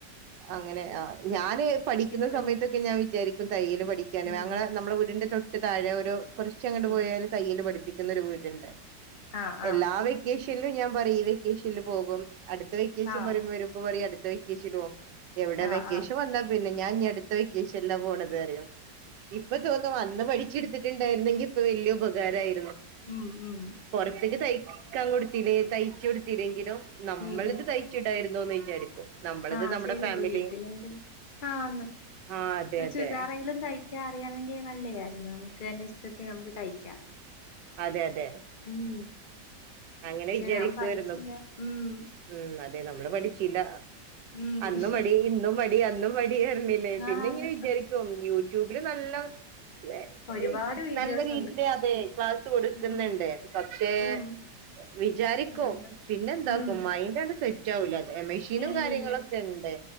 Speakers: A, on the right; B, on the left.
A: അങ്ങനെ ആ ഞാന് പഠിക്കുന്ന
B: പോയി
A: സമയത്തൊക്കെ
B: നിക്ക്
A: ഞാൻ വിചാരിക്കും തയ്യും പഠിക്കാനും
B: ഉം
A: അങ്ങനെ നമ്മുടെ വീടിന്റെ തൊ താഴെ ഒരു കുറച്ച് അങ്ങൊട്
B: ഉം
A: പോയാല് തയ്യല് പഠിപ്പി എന്നൊരു വീട്ണ്ട്
B: ആഹ് ആഹ്
A: എല്ലാ വെക്കേഷ് ഇല്ല <unintelligible> പറ ഈ വെക്കേഷനിൽ പോകും അടുത്ത വെക്കേഷൻ
B: ആഹ്
A: വരുമ്പ വരുമ്പ <unintelligible> എവിടെ
B: ആഹ്
A: വെക്കേഷൻ
B: ആഹ്
A: വന്നാ പിന്നെ ഞാൻ ഇനി അടുത്ത വെക്കേഷനിൽ പോണുന്നത് അറിയോ ഇപ്പൊ തോന്നും അന്ന് പഠിച്ചിട് വിടെ ഉണ്ടായിരുന്നങ്കിൽ ഇപ്പൊ വലിയ ഉപകാരായി
B: ഉം ഉം
A: പൊറത്തേക്ക് തയ് കൊടുത്തില്ലേ തയ്ച് കൊടുത്തില്ലെങ്കിലും നമ്മളിത്
B: ഉം
A: തയ്ച്ചി ഇടായിരുന്നു എന്തോന്ന് വിചാരിക്കും നമ്മളത്
B: ആ
A: നമ്മുടെ
B: ശരിയാ
A: ഫാമിലി
B: വീട്ടിലെങ്കിലും ആന്ന്
A: ആ അതെ
B: ഒരു
A: അതെ
B: ചുരിദാറെങ്കിലും തയ് ഒക്കെ അറിയാമെങ്കിൽ നല്ലതായിരുന്നു നമുക്ക് തന്നെ ഇഷ്ടത്തിൽ നമുക്ക് തയ്ക്കാം
A: അതെ അതെ
B: ഉം
A: അങ്ങനെ
B: പക്ഷെ
A: വിചാരിക്കായിരുന്നു
B: ഞാൻ പഠിച്ചില്ല ഉം
A: മ് അതെ നമ്മള് പഠിച്ചില്ല
B: ഉം
A: അന്നും മടി ഇന്നും മടി അന്നും തീർന്നില്ലേ പിന്നെ
B: ആന്ന്
A: ഇങ്ങനെ വിചാരിക്കും യു ട്യൂബില് നല്ല വെ
B: ഒരുപാട്
A: ഏയ്
B: വീഡിയോസ്
A: നല്ല രീതിയിലതെ
B: ഉണ്ട്
A: ക്ലാസ്സ് കൊടുക്ക്ന്ന്ണ്ട്
B: ഉം
A: പക്ഷേ
B: ഉം
A: വിചാരിക്കും
B: എന്താ
A: പിന്നെ എന്താക്കും
B: ഉം
A: മൈൻറ്റാണ്ട് സെറ്റ് ആവൂല്ല ഏ മെഷീനും
B: ഇല്ലില്ല
A: കാര്യങ്ങളൊക്കെണ്ട്